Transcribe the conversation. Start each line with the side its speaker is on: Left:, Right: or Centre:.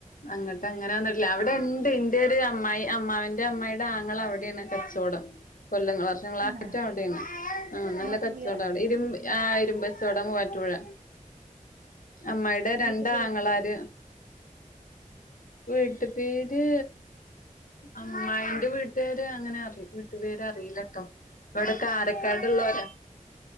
Left: അങ്ങട്ട് അങ്ങനെ വന്നിട്ട്ല്ല അവിടെ ഇണ്ട് ഇന്റൊരു അമ്മായി അമ്മാവന്റെ അമ്മായിടെ ആങ്ങള അവിടെണ് കച്ചോടം കൊല്ലങ്ങൾ വർഷങ്ങളായിട്ട്
Right: ആഹാ
Left: അവിടെണ് ആ നല്ല
Right: മൂവാറ്റുപുഴയാ
Left: കച്ചവടം അവിടെ ഇരുമ്പ് ആ ഇരുമ്പചോടാം പോവാറ്റൂപുഴ അമ്മായിടെ രണ്ടാങ്ങളാര്
Right: വീട്ടിക്ക് ഉം
Left: വീട്ട്തെ ഇജ് അമ്മായിന്റെ വീട്ടുകാര് അങ്ങനെ അറി വീട്ടു പേര് അറിയില്ലട്ടോ ഇവിടെ കാരക്കാട്ള്ളോരാ
Right: ഉം